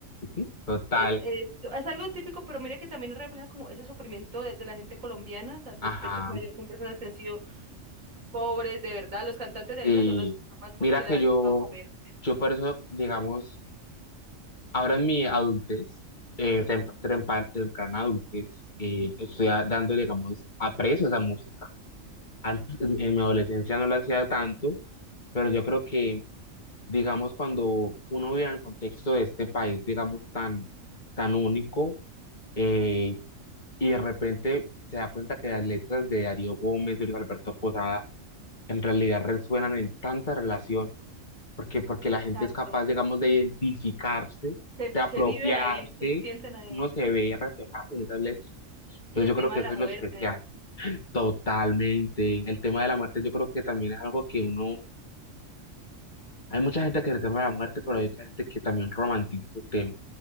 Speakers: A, on the left; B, on the right.
A: sí, total,
B: Es, es, es algo típico, pero mira que también refleja como ese sufrimiento de, de la gente colombiana, o sea, el
A: ajá.
B: despecho mayor son personas que han sido pobres, de verdad, los cantantes de
A: Y
B: ahorita son los que son más pobres
A: mira
B: y que les
A: que
B: han
A: yo,
B: dejado comer.
A: yo por eso, digamos, ahora en mi adultez, eh,
B: Ujú.
A: tem- trempa- temprana adultez, eh,
B: Ujú,
A: estoy a- dándole, digamos, aprecio a esa música. Antes, en, en mi adolescencia no la hacía tanto, pero yo
B: ujú,
A: creo que, digamos, cuando uno vive en el contexto de este país, digamos, tan, tan único, eh, y de repente se da cuenta que las letras de Darío Gómez, de Luis Alberto Posada, en realidad resuenan en tantas relaciones porque porque la gente
B: Exacto.
A: es capaz, digamos, de identificarse,
B: Se,
A: de apropiarse,
B: se viven ahí, se sienten ahí.
A: uno se ve reflejado en esas letras. Entonces
B: Y el
A: yo
B: tema
A: creo que
B: de
A: eso
B: la muerte.
A: es lo especial. Totalmente. El tema de la muerte yo creo que también es algo que uno, hay mucha gente que le teme a la muerte, pero hay otra gente que también romantiza ese tema